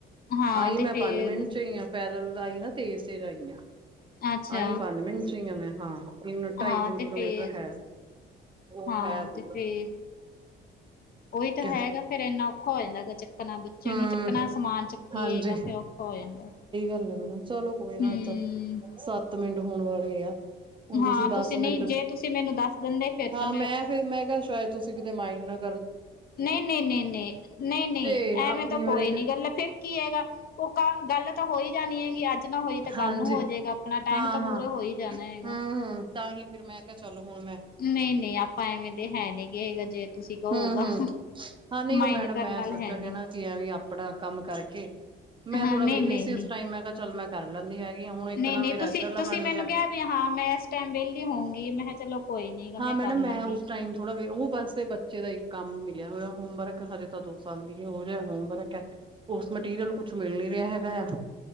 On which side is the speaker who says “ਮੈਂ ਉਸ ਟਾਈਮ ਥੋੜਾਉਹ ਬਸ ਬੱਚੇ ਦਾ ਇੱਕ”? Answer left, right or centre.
Right